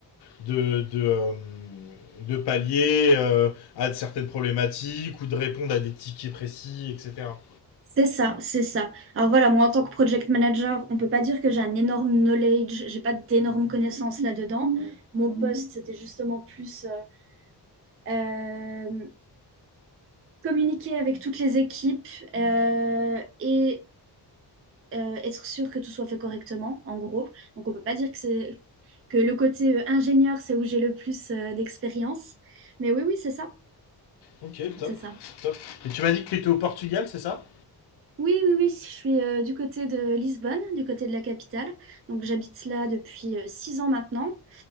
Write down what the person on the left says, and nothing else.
de, de, euh, de pallier euh, à certaines problématiques ou de répondre à des tickets précis, etc.
Ok, top.
top. Et tu m'as dit que tu étais au Portugal, c'est ça